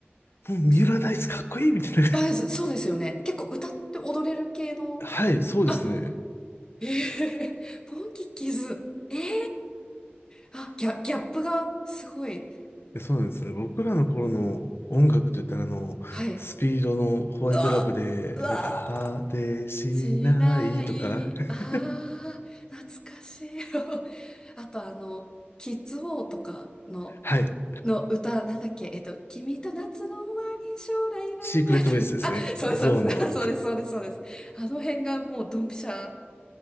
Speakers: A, on the left; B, on the left.
A: もう三浦大知かっこいいみたいな。
B: すあ、そそうですよね。結構歌って踊れる系の、
A: <laughs> はい、そうですね。
B: あ、ええポンキッキーズ。ええあ、ギャ、ギャップがすごい。
A: えそうなんですね。僕らの頃の音楽といったら、あの、
B: はい。
A: スピードのホワイトラブで、
B: うわ、うわ、
A: なんか、果てしないとか、
B: しない。
A: <laughs>
B: ああ、懐かしい。<laughs> あとあの、キッズウォーとかの、
A: はい。
B: の歌、なんだっけ、えっと、君と夏の終わり、将来の夢。
A: シークレットベースですね。
B: <laughs> あ、そうです、
A: ゾーンの。
B: そうです、<laughs> そうです、そうです、そうです。あの辺がもうドンピシャ